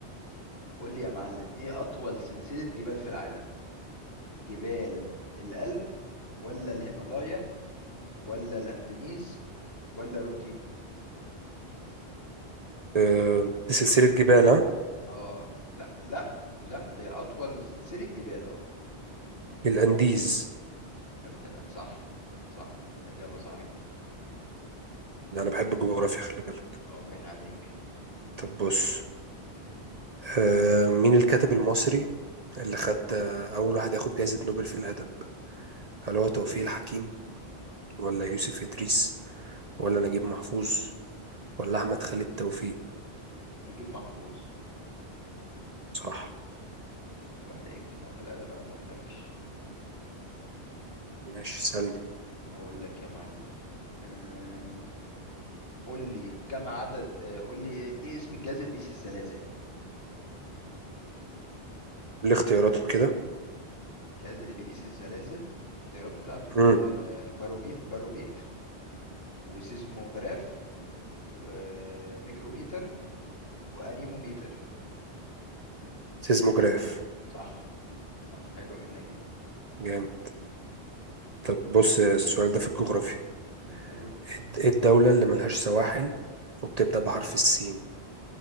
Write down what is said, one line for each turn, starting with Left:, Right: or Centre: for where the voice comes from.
Left: قول لي يا معلم ايه اطول سلسلة جبال في العالم جبال الألب ولا الهيمالايا ولا الانديز ولا روكي
Right: أه دي سلسلة جبال ها
Left: اه لا لا لا دي اطول سلسلة جبال اه
Right: الأنديز
Left: يا ابن لا صح صح اجابة صحيحة
Right: ده أنا بحب الجغرافيا خلي بالك
Left: اه باين عليك
Right: طب بص
Left: مم.
Right: آه، مين الكاتب المصري اللي خد آه، أول واحد ياخد جائزة نوبل في الأدب هل هو توفيق الحكيم ولا يوسف إدريس ولا نجيب محفوظ ولا أحمد خالد توفيق
Left: نجيب محفوظ
Right: صح
Left: يبقى عليك في الادب انا ما اقولكش
Right: ماشي سألني
Left: اقول لك يا معلم أم، قول لي كم عدد آه، قول لي ايه إيه اسم الجهاز اللي بيقيس الزلازل
Right: الاختيارات كده
Left: الجهاز اللي بيقيس الزلازل الاختيارات بتاعته
Right: مم.
Left: آه، باروميتر باروميتر وسيزموغراف وميكروميتر وانيموميتر
Right: سيزموجراف
Left: صح صح حلوة منك دي
Right: جامد طب بص السؤال ده في الجغرافيا
Left: مم، قول
Right: ايه إيه الدولة اللي ملهاش سواحل وبتبدأ بحرف السين